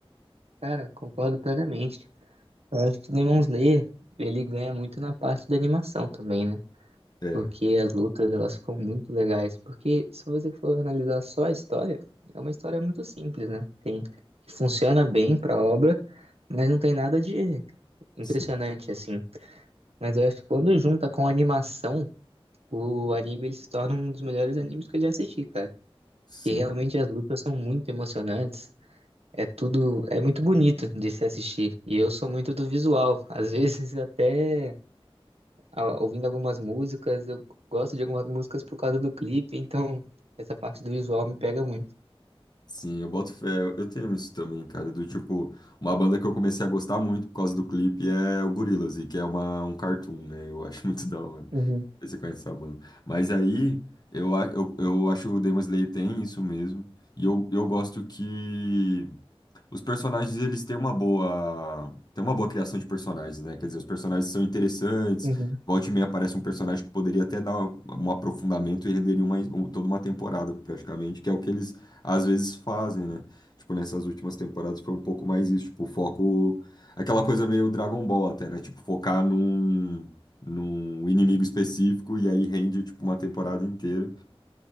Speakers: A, on the right; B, on the left.
A: Cara, concordo plenamente. Eu acho que o Demon Slayer, ele ganha muito na parte da animação também, né?
B: É,
A: Porque as lutas, elas ficam muito legais. Porque se você for analisar só a história, é uma história muito simples, né? Tem, que funciona bem pra obra, mas não tem nada de impressionante,
B: sim,
A: assim. Mas eu acho que quando junta com a animação, o anime ele se torna um dos melhores animes que eu já assisti, cara.
B: sim.
A: que realmente as lutas são muito emocionantes. É tudo, é muito bonito de se assistir. E eu sou muito do visual. Às <laughs> vezes até ah, ouvindo algumas músicas, eu gosto de algumas músicas por causa do clipe, então essa parte do visual me pega muito.
B: Sim, eu boto fé. Eu tenho isso também, cara. Do tipo, uma banda que eu comecei a gostar muito por causa do clipe é o Gorillaz, e que é uma, um cartoon, né? Eu acho <laughs> muito da hora. Não
A: Uhum,
B: sei se Você conhece essa banda. Mas aí, eu, a- eu, eu acho que o Demon Slayer tem isso mesmo. E eu, eu gosto que os personagens eles têm uma boa, têm uma boa criação de personagens, né? Quer dizer, os personagens são interessantes.
A: uhum,
B: Volte e meia aparece um personagem que poderia até dar um aprofundamento e renderia uma, um- toda uma temporada, praticamente, que é o que eles às vezes fazem, né? Tipo, nessas últimas temporadas foi um pouco mais isso, tipo, foco. Aquela coisa meio Dragon Ball até, né? Tipo, focar num, num inimigo específico e aí rende, tipo, uma temporada inteira.